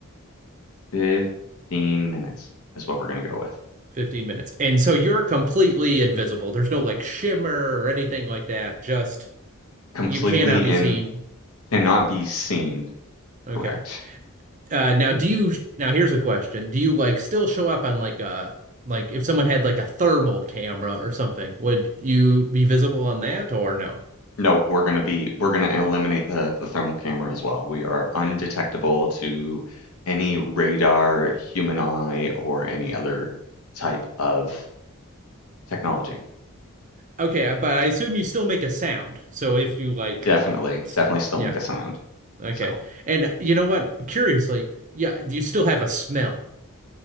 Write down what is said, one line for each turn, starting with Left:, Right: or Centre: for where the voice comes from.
Left: fifteen minutes is what we're gonna go with.
Right: Fifteen minutes. And so you're completely invisible. There's no like shimmer or anything like that. Just
Left: Completely
Right: you cannot be
Left: in
Right: seen.
Left: cannot be seen.
Right: Okay.
Left: Correct.
Right: Uh, now, do you? Now, here's a question: Do you like still show up on like a like if someone had like a thermal camera or something, would you be visible on that or no?
Left: No, we're gonna be we're gonna eliminate the the thermal camera as well. We are undetectable to any radar, human eye, or any other type of technology.
Right: Okay, I- but I assume you still make a sound. So if you like,
Left: Definitely,
Right: s-
Left: definitely still
Right: yeah,
Left: make a sound.
Right: okay.
Left: So
Right: And you know what? Curiously, yeah, do you still have a smell?